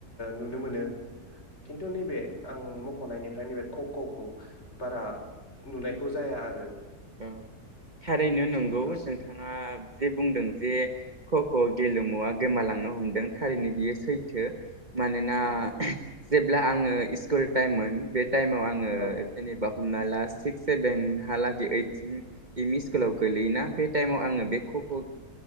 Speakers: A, on the left; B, on the right.
A: नुनो मोनो खिनथु नैबे आं मख'नाय निफ्राय नैबे ख'ख'खौ बारा नुनायखौ जाया आरो।
B: औ थारैनो नंगौ
A: जोंनि फारसे
B: नोंथाङा जे बुंदों जे ख ख' गेलेमुया गोमालांनो हमदों थारैनो बियो सैथो। मानोना
A: उम
B: जेब्ला आङो स्कुल टाइममोन बे टाइमाव आङो
A: औ
B: जेनेबा हमना ला सिक्स सेभेन हलागै ओइद एम इ स्कुलाव गोलैयोना बे टाइमाव आङो बे ख'ख'